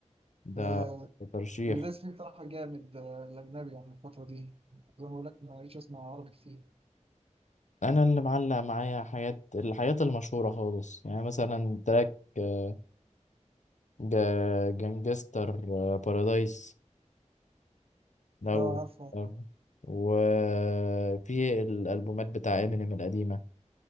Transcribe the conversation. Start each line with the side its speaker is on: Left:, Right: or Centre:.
Left: ده
Right: آه،
Left: ده ترشيح
Right: الناس فيه بصراحة جامد آه، الأجنبي يعني الفترة دي زي ما بقول لك ما بقتش أسمع عربي كتير
Left: انا اللي معلق معايا حاجات الحاجات المشهورة خالص يعني مثلا تراك آه، ج- جانجستر آه، بارادايس لو
Right: لا عارفة
Left: لو- وفي الألبومات بتاع امينيم القديمة